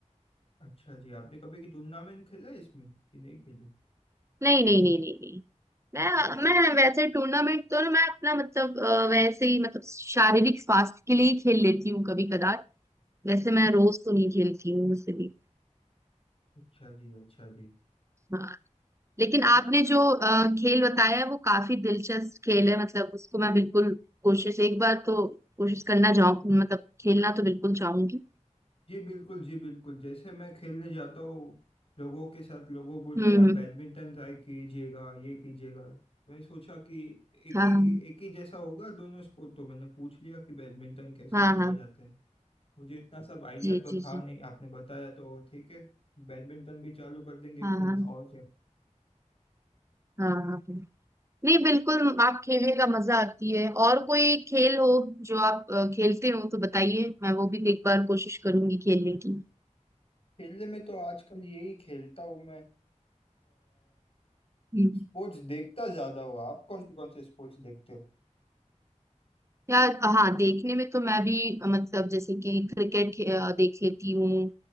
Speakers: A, on the left (about 50°); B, on the right (about 20°).
A: अच्छा जी आपने कभी की टूर्नामेंट खेला है इसमें कि नहीं खेले
B: नहीं नहीं नहीं नहीं नहीं मैं
A: अच्छा
B: मैं वैसे टूर्नामेंट तो ना मैं अपना मतलब अ, वैसे ही मतलब शारीरिक स्वास्थ्य के लिए ही खेल लेती हूँ कभी कदार वैसे मैं रोज तो नहीं खेलती हूँ वैसे भी
A: अच्छा जी अच्छा जी
B: हाँ लेकिन
A: और
B: आपने जो अ, खेल बताया है वो काफी दिलचस्प खेल है मतलब उसको मैं बिल्कुल कोशिश एक बार तो कोशिश करना चाहूँ मतलब खेलना तो बिल्कुल चाहूंगी
A: जी बिल्कुल जी बिल्कुल जैसे मैं खेलने जाता हूँ लोगों के साथ लोगों बोलते
B: हम्म
A: हैं आप
B: हम्म,
A: बैडमिंटन ट्राई कीजिएगा ये कीजिएगा मैं सोचा कि एक
B: हाँ
A: ही
B: हाँ
A: एक ही जैसा होगा दोनों स्पोर्ट तो मैंने पूछ लिया कि बैडमिंटन कैसा
B: हाँ
A: खेला
B: हाँ
A: जाता है मुझे इतना सब आइडिया
B: जी
A: तो
B: जी
A: था
B: जी
A: नहीं आपने बताया तो ठीक है बैडमिंटन भी चालू कर देंगे
B: हाँ
A: खेलना
B: हाँ
A: और क्या
B: हाँ हाँ हाँ। नहीं बिल्कुल आप खेलने का मजा आती है और कोई खेल हो जो आप अ, खेलते हो तो बताइए मैं वो भी एक बार कोशिश करूंगी खेलने की
A: खेलने में तो आजकल यही खेलता हूँ मैं
B: हम्म
A: स्पोर्ट्स देखता ज्यादा हो आप कौन से कौन से स्पोर्ट्स देखते हो
B: यार हाँ देखने में तो मैं भी अ, मतलब जैसे कि क्रिकेट खे- अ, देख लेती हूँ